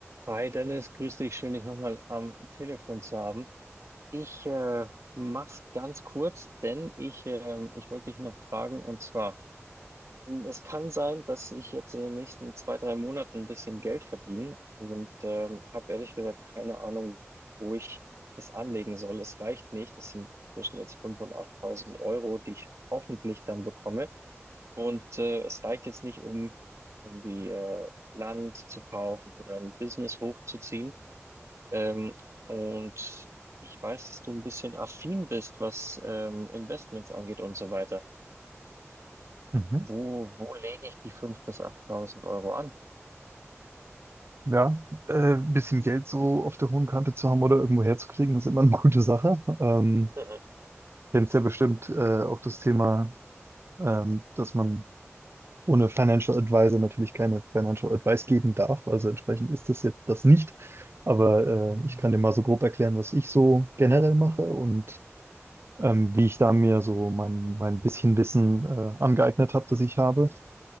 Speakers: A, on the right; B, on the right.
A: Hi Dennis, grüß dich. Schön, dich nochmal am Telefon zu haben. Ich äh, mach's ganz kurz, denn ich, ähm, ich wollte dich noch fragen, und zwar, m, es kann sein, dass ich jetzt in den nächsten zwei, drei Monaten ein bisschen Geld verdiene und ähm, habe ehrlich gesagt keine Ahnung, wo ich es anlegen soll. Es reicht nicht. Das sind zwischen jetzt 5.000 und 8.000 Euro, die ich hoffentlich dann bekomme. Und äh, es reicht jetzt nicht, um irgendwie äh, Land zu kaufen oder ein Business hochzuziehen ähm, und ich weiß, dass du ein bisschen affin bist, was ähm, Investments angeht und so weiter.
B: Mhm.
A: Wo, wo lege ich die 5.000 bis achttausend Euro an?
B: Ja, äh, bisschen Geld so auf der hohen Kante zu haben oder irgendwo herzukriegen, ist immer eine <laughs> gute Sache. Ähm,
A: Mhm.
B: kennst ja bestimmt äh, auch das Thema, ähm, dass man ohne Financial Advisor natürlich keine Financial Advice geben darf. Also entsprechend ist das jetzt das nicht. Aber äh, ich kann dir mal so grob erklären, was ich so generell mache und ähm, wie ich da mir so mein, mein bisschen Wissen äh, angeeignet habe, das ich habe.